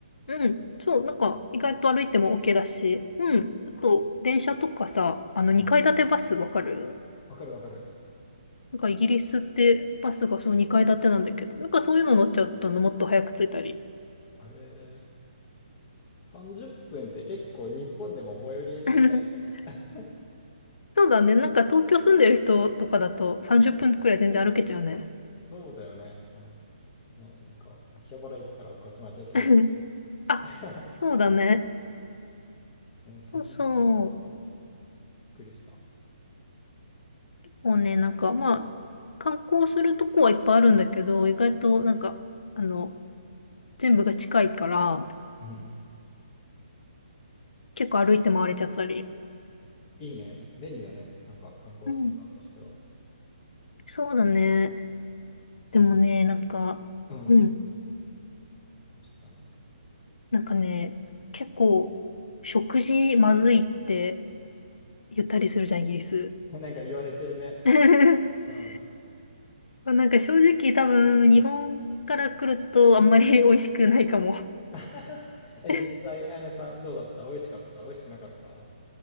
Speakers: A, on the left (about 75°); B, on the left (about 25°).
A: うん、そう、なんか意外と歩いても OK だし。うん、あと電車とかさ、あの2階建てバスわかる
B: うんわかるわかる。
A: なんかイギリスってバスがそう2階建てなんだけど、なんかそういうの乗っちゃうともっと早く着いたり。
B: ええ30分っぷんって結構日本でも最寄り駅ぐらいじゃない
A: <laughs>
B: <laughs>
A: そうだね。なんか東京住んでる人とかだと30分くらい全然歩けちゃうね。
B: そうだよね。うん。ね、なんか秋葉原駅から御徒町駅ぐらい。
A: <laughs> あ、
B: <laughs>
A: そうだね。
B: えーそんなに近いのびっ
A: そうそう。
B: くりした。
A: もうね、なんかまあ、観光するとこはいっぱいあるんだけど、意外となんか、あの、全部が近いから、
B: うん。
A: 結構歩いて回れちゃったり。
B: いいね。便利だね。なんか観光する側としては。
A: うん。そうだね。でもね、
B: あと全然。
A: なんか、
B: うん。
A: うん。
B: どうしたの
A: なんかね、結構、食事まずいって言ったりするじゃん、イギリス。
B: なんか言われてるね。
A: <laughs>
B: うん。
A: なんか正直多分、日本から来るとあんまり <laughs> 美味しくないかも。
B: <laughs> え、
A: <laughs>
B: 実際、あやねさんどうだった美味しかった美味しくなかった